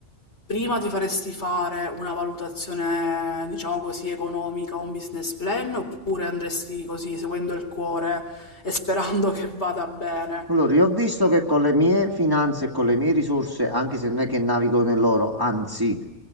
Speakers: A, on the left (about 60°); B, on the right (about 15°).
A: prima ti faresti fare una valutazione, diciamo così, economica, un business plan, oppure andresti così, seguendo il cuore e sperando <laughs> che vada bene?
B: Allora, io ho visto che con le mie finanze e con le mie risorse, anche se non è che navigo nell'oro, anzi,